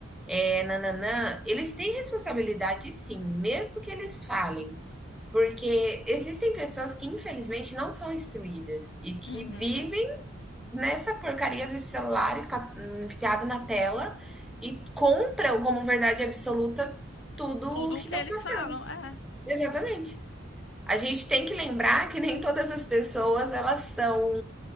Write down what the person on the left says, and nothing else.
uhum.
Tudo
o que
eles
falam, é,